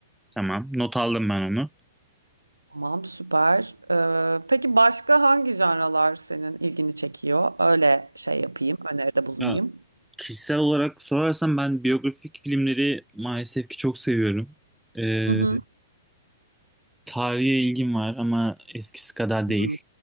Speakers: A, in the centre; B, on the right (about 85°).
A: Tamam. Not aldım ben onu.
B: Tamam, süper. Ee, peki başka hangi janralar senin ilgini çekiyor? Öyle şey yapayım, öneride bulunayım.
A: Ya, kişisel olarak sorarsan ben biyografik filmleri maalesef ki çok seviyorum. Ee,
B: Hı hı.
A: tarihe ilgim var ama eskisi kadar
B: Hı
A: değil.